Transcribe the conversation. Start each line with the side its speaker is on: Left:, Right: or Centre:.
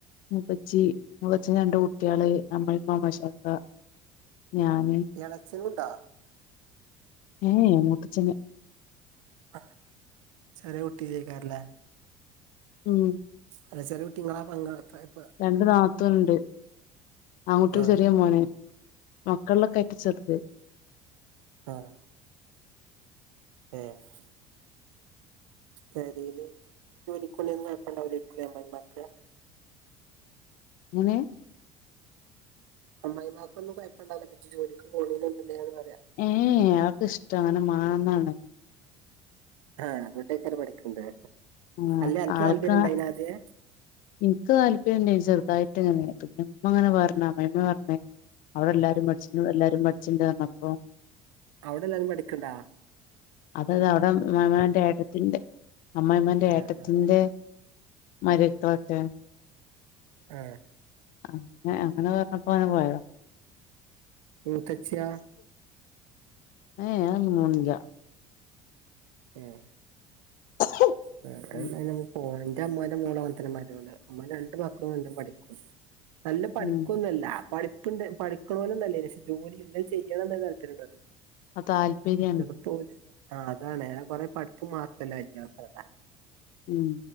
Left: മുത്തച്ചി മുത്തച്ചന്റെ രണ്ട് കുട്ട്യാള് അമ്മയ്മ്മ അമ്മശാക്ക ഞാന്
Right: ഏളച്ചനുണ്ടോ
Left: ഏയെ മൂത്തച്ചന്
Right: ആഹ് ചെറിയ കുട്ടിതെക്കാരലേ
Left: ഉം
Right: അല്ല ചെറിയകുട്ടിങ്ങളാ പങ്കളപ്പ
Left: രണ്ട് നാത്തുൻണ്ട് ആങ്ങുട്ടിൽ
Right: ആ
Left: ചെറിയ മോന് മക്കല്ലൊക്കെ ഏറ്റും ചെറ്ത്
Right: ആഹ് ഏഹ് പെരിയില് ജോലിക്കുണ്ടിന്ന് കൊഴപ്പം ഉണ്ടാവില്ലായിരിക്കെ അമ്മായിമ്മക്ക്.
Left: എങ്ങനെ
Right: അമ്മയ്‌മാക്കൊന്നും കുഴപ്പണ്ടജ്പിന്നെ ജോലിക്ക് പോണീന്ന്നില്ലേന്ന് പറ്യാ
Left: ഏയ് എഹ് അവക്ക്ഷ്ടമാണ് മാന്നാണ്
Right: ആഹ് അതുകൊണ്ടെക്കാരം പഠിക്ക്ണ്ടെ
Left: ആഹ്
Right: അല്ല അൻക്ക്
Left: ആൾക്ക്
Right: താല്പര്യണ്ടയ്നാദ്യേ
Left: ആ ഇൻക്ക് താല്പര്യണ്ടെനി ചെറുതായിട്ട്ങ്ങനെ പിന്നമ്മങ്ങനെ പറ്ഞ്ഞ് അമ്മയിമ്മ പർഞ്ഞേ അവരെല്ലാരും പടിച് എല്ലാരും പട്ച്ച്ണ്ട്ർഞ്ഞപ്പൊ
Right: അവിടെല്ലാരും പഠിക്ക്ണ്ടാ
Left: അതത് അവ്ടെ അമ്മായ്മാന്റെ ഏട്ടത്തിന്റെ അമ്മയ്മാന്റെ
Right: ആ
Left: ഏട്ടത്തിന്റെ
Right: ആ
Left: മരുമക്കളൊക്കെ
Right: ആഹ്
Left: ആഹ് ഏഹ് അങ്ങനെപറ്ഞ്ഞപ്പോന്നെ പോയൊ
Right: മൂത്തച്ച്യോ
Left: ഏഹ് ഞാനോന്നും പോണില്യ
Right: ഏഹ്
Left: <unintelligible>
Right: <unintelligible> നമ്മള്
Left: ഉം
Right: പോണം ഇന്റെ അമ്മോന്റെ മോളങ്ങനെ തന്നെ മരോള് അമ്മോന്റെ രണ്ട് മക്കളും നല്ലോം പഠിക്കും നല്ലോം പഠിക്കോന്നുല്ല
Left: ഉം
Right: പഠിപ്പ്ണ്ട് പഠിക്ക്ണോലോന്നല്ലേ പക്ഷെ ജോലി എന്തേലും ചെയ്യണന്നൊര് താൽപര്യാണ്ടാർന്നു
Left: ആ താല്പര്യ
Right: എട്ത്തോല് ആഹ് അതാണ് കൊറെ പഠിപ്പും മാർക്കെല്ല അയ്‌ല് പ്രധാനം
Left: ഉം